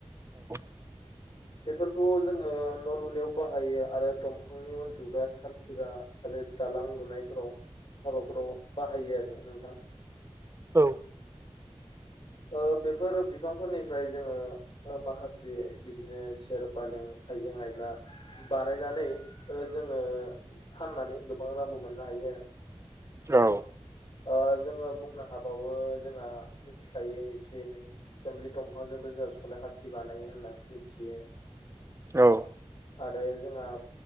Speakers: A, on the right (about 25°); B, on the left (about 50°).
A: <unintelligible>
B: बेफोरखौ जोङो न' लुनायाव बाहायो आरो दंफांनि उन्दुग्रा सालफिरा आरो दालां लुनायफोराव हाबाफोराव बाहायो आरो नोंथां।
A: औ।
B: ओ बेफोर बिफांफोरनिफ्राय जोङो ओ माखासे बिदिनो सेयार पालें आइजें आयला ओ बानायनानै जोङो फाननानै गोबां रांबो मोननो हायो आरो।
A: औ।
B: ओ जोङो बुंनो हाबावो जोंहा मिथिखायो एसे एनै सोमलि दंफांजोंबो जोंहा सलाय खाथि बानायो होनना मिथियो।
A: औ।
B: आरो जोंहा